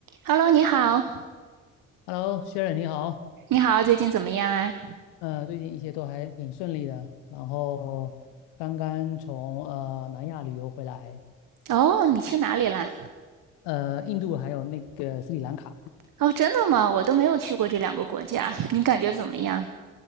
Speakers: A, on the right (about 50°); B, on the left (about 65°).
A: Hello，你好，
B: Hello，薛忍你好，
A: 你好，最近怎么样啊？
B: 呃，最近一切都还挺顺利的，然后刚刚从呃南亚旅游回来，
A: 哦，你去哪里啦？
B: 呃，印度还有那个斯里兰卡，
A: 哦，真的吗？我都没有去过这两个国家，<laughs> 你感觉怎么样？